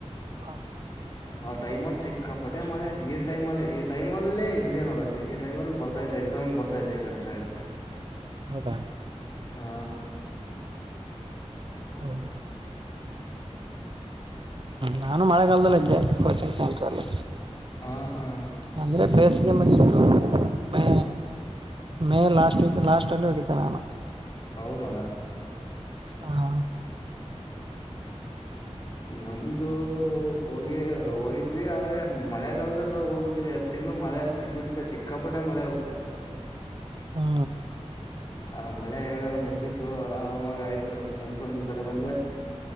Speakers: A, on the right; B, on the left.
A: ಹಾ
B: ಆ ಟೈಮ್ ಅಲ್ಲಿ ಸಿಕ್ಕಾಪಟ್ಟೆ ಮಳೆ ಈ ಟೈಮಲ್ಲಿ ಈ ಟೈಮ ಅಲ್ಲೇ ಇದ್ದೆ ನೋಡಲ್ಲಿ ಈ ಟೈಮಲ್ಲಿ ಬರ್ತಾ ಇದ್ದೆ ಎಕ್ಸಾಮ್ ಬರ್ತಾ ಇದೆ ಈ ಕಡೆ ಸೈಡ್
A: ಹೌದಾ
B: ಹಾ
A: ಹೌದು ನಾನು ಮಳೆಗಾಲದಲ್ಲ ಇದ್ದೆ ಕೋಚಿಂಗ್ ಸೆಂಟ್ರಲ್ಲಿ
B: ಹಾ ಹಾ
A: ಅಂದ್ರೆ ಬ್ರೇಶ್ ಈ ಮನೇಲಿ ಇದ್ದೆ ಮೇ ಲಾಸ್ಟ್ ವೀಕ್ ಲಾಸ್ಟ್ ಅಲ್ಲಿ ಹೋಗಿದ್ದೆ ನಾನು
B: ಹೌದಾ
A: ಹಾ
B: ನಮ್ದು ಹೋಗಿ ಹೋಗಿದ್ವಿ ಆದ್ರೆ ಮಳೆಗಲ್ದ ನಾವೆಲ್ಲ ಹೋಗಬಿಟ್ಟಿದೆ ಎರಡು ತಿಂಗಳು ಮಳೆ ಸಿಕ್ಕಬಿಟ್ಟಿದೆ ಸಿಕ್ಕಾಪಟೆ ಮಳೆ ಅವಾಗ
A: ಹಾ
B: ಆ ಮಳೆ ಯಗ ಮುಗೀತು ಆರಾಮಾಗಿ ಆಯ್ತು ಮುಗಸಂದ ಈ ಕಡೆ ಬಂದ್ರೆ